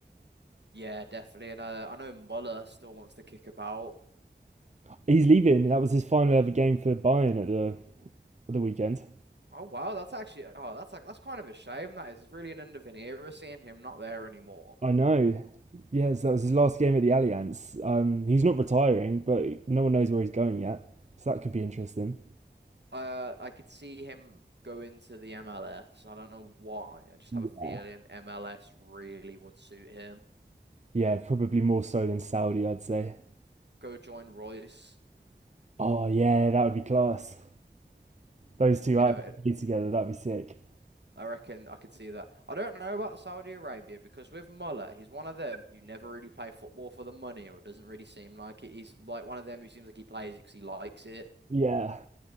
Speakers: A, on the right (about 75°); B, on the right (about 40°).
A: Yeah, definitely. And uh, I know Muller still wants to kick about.
B: He's leaving. That was his final ever game for Bayern at the at the weekend.
A: Oh wow, that's actually oh that's like that's kind of a shame. That is really an end of an era seeing him not there anymore.
B: I know. Yes, that was his last game at the Allianz. Um, he's not retiring, but no one knows where he's going yet. So that could be interesting.
A: Uh, I could see him go into the MLS. I don't know why. I just
B: Yeah.
A: have a feeling MLS really would suit him.
B: Yeah, probably more so than Saudi, I'd say.
A: Go join Royce.
B: Oh yeah, that would be class. Those two
A: You
B: out
A: know,
B: together, that'd be sick.
A: I reckon I could see that. I don't know about Saudi Arabia because with Muller, he's one of them who never really play football for the money or doesn't really seem like it. He's like one of them who seems like he plays it because he likes it.
B: Yeah,